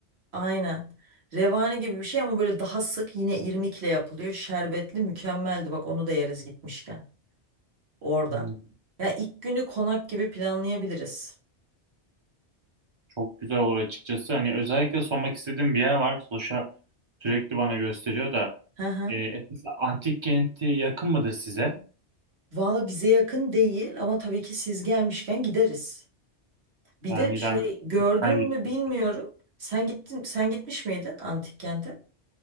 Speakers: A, on the right (about 65°); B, on the right (about 30°).
A: Aynen. Revani gibi bir şey ama böyle daha sık yine irmikle yapılıyor. Şerbetli mükemmeldi. Bak onu da yeriz gitmişken. Orada.
B: Hmm,
A: Ya ilk günü konak gibi planlayabiliriz.
B: Çok güzel olur açıkçası. Hani özellikle sormak istediğim bir yer var. Soşa sürekli bana gösteriyor da.
A: Hı hı.
B: E, Efes antik kenti yakın mıdır size?
A: Valla bize yakın değil ama tabii ki siz gelmişken gideriz. Bir
B: Yani
A: de şey
B: ben,
A: gördün
B: ben gittim.
A: mü bilmiyorum. Sen gittin, sen gitmiş miydin antik kente?